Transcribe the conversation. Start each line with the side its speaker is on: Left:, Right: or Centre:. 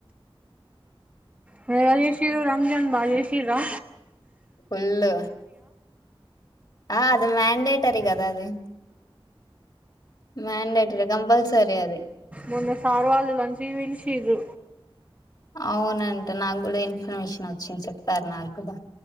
Right: మ అజయ శీ రంజన్ బాజయశీ రా
Left: ఫుల్ు ఆ అది మ్యాండేటర కదా అది మండేటర్ కంపల్సర అది
Right: మొన్న సారు వాళ్ళులాంచి విలుించు
Left: అవునంట నాకు కూడా ఇన్ఫర్మేషన్ వచ్చింది చెప్తారు నాకు కూడా